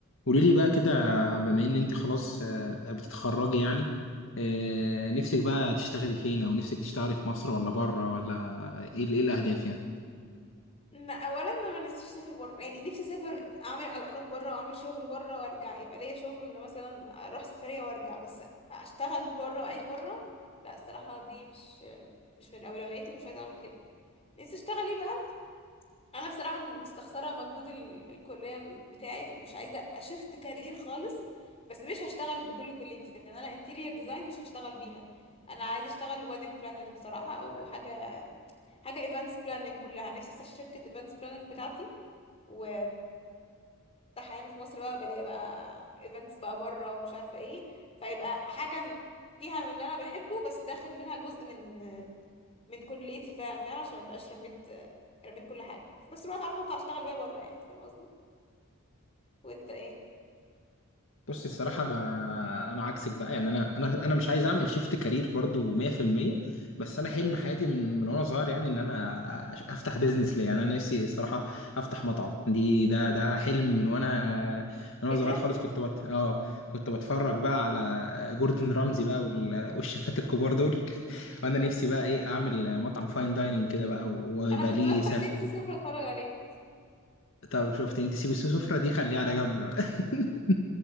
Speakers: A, on the left; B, on the left.
A: قولي لي بقى كده بما ان انت خلاص آه، بتتخرجي يعني آه، نفسك بقى تشتغلي فين او نفسك تشتغلي في مصر ولا بره ولا ايه ايه الاهداف يعني
B: ما اولا انا ما نفسيش اسافر بره يعني نفسي اسافر اعمل علاقات بره واعمل شغل بره وارجع يبقى ليا شغل مثلا اروح سفريه وارجع بس اشتغل بره واعيش بره لا الصراحه دي مش مش من اولوياتي مش عايزه اعمل كده نفسي اشتغل ايه بقى انا بصراحه مستخسره مجهود ال- الكليه بتاعي فمش عايزه اشفت كارير خالص بس مش هشتغل بكل كليتي لان انا انتيريور ديزاين مش هشتغل بيها انا عايزه اشتغل ويدنج بلانر بصراحه او حاجه حاجه ايفنتس بلاننج كلها نفسي افتح شركه ايفنتس بلاننج بتاعتي وتبقى افتحها هنا في مصر بقى بلاقي بقى ايفنتس بقى بره ومش عارفه ايه فيبقى حاجه فيها من اللي انا بحبه بس داخل منها جزء من من كليتي فعلا فاهم عشان مبقاش رميت رميت كل حاجة وفي نفس الوقت عارفة اطلع اشتغل بيها بره يعني فاهم قصدي وانت ايه
A: بصي الصراحة أنا أنا عكسك بقى يعني أنا أنا أنا مش عايز أعمل شيفت كارير برضو 100% بس أنا حلم حياتي من من وأنا صغير يعني إن أنا أش- أفتح بيزنس ليا يعني أنا نفسي الصراحة أفتح مطعم دي ده ده حلم من وأنا من وأنا
B: ايه
A: صغير
B: ده
A: خالص كنت بت... آه كنت بتفرج بقى على جوردن رامزي بقى وال... والشيفات الكبار دول <laughs> وأنا نفسي بقى إيه أعمل مطعم فاين دايننج كده بقى ويبقى
B: انا كنت
A: ليه
B: بفتح
A: سلة
B: سي بي سي سوف اتفرج عليها
A: طب شفت أنت سيب السفرة دي خليها على جنب بقى <laughs>